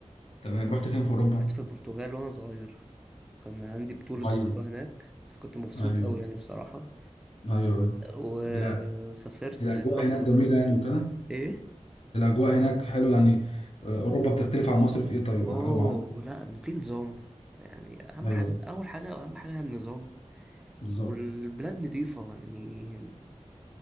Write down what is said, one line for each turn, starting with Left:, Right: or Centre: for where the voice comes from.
Left: تمام رحت فين في اوروبا
Centre: رحت في البرتغال وانا صغير كان عندي بطولة
Left: كويس
Centre: كورة هناك بس كنت مبسوط
Left: ايوه
Centre: قوي يعني بصراحة
Left: ايوه ايوه
Centre: وسافرت
Left: لا الاجواء
Centre: رحت
Left: هناك
Centre: دبي
Left: جميله يعني وكده
Centre: ايه
Left: الاجواء هناك حلو يعني آه، اوروبا بتختلف عن مصر في ايه طيب
Centre: اوه
Left: او عن
Centre: لا في نظام يعني اهم
Left: ايوه
Centre: حاجه اول حاجه اهم حاجه هي النظام
Left: بالظبط
Centre: والبلاد نظيفه يعني